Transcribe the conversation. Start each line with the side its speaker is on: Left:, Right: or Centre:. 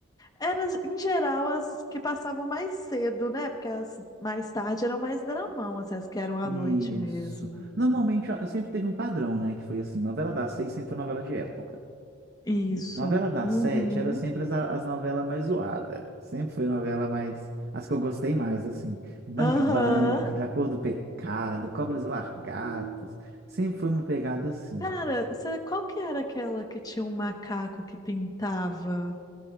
Left: Era, em geral, as que passavam mais cedo, né? Porque as mais tarde eram mais dramão, assim, as que eram à
Right: Isso.
Left: noite mesmo.
Right: Normalmente a- sempre teve um padrão, né? Que foi assim, novela das seis sempre foi novela de época.
Left: Isso.
Right: Novela das
Left: Uhum.
Right: sete era sempre as, as novelas mais zoadas. Sempre foi novela mais... As que eu gostei mais, assim. Bang
Left: Aham.
Right: Bang, Da Cor do Pecado, Cobras e Lagartos.
Left: Sim.
Right: Sempre foi uma pegada assim.
Left: Cara, cê- qual que era aquela que tinha um macaco que pintava?